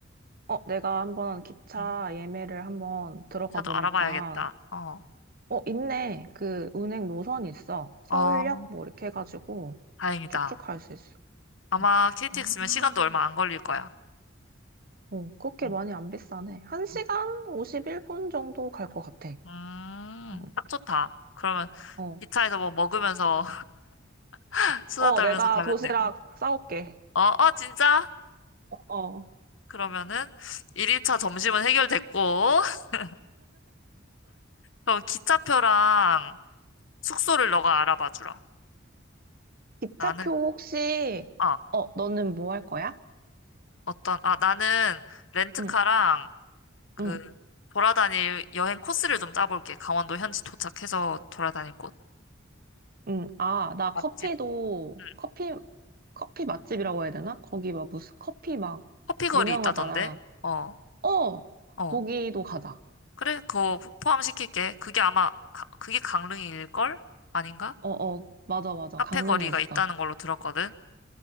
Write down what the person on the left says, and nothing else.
음,
자도
알아봐야겠다. 어,
어,
다행이다.
아마
KTX면
시간도 얼마 안 걸릴 거야.
음,
어.
음,
딱 좋다. 그러면
기차에서 뭐 먹으면서 <laughs> 수다
떨면서
가면
되고.
어, 어, 진짜?
그러면은 1일차 점심은 해결됐고, <laughs> 그럼 기차표랑 숙소를 너가 알아봐 주라.
나는,
아,
어떤, 아, 나는 렌트카랑
그
돌아다닐 여행 코스를 좀 짜볼게. 강원도 현지 도착해서 돌아다닐 곳.
맛집.
응.
커피거리
있다던데? 어,
어.
그래, 그거 포함시킬게. 그게 아마, 가- 그게 강릉일걸? 아닌가?
카페
거리가
있다는 걸로 들었거든.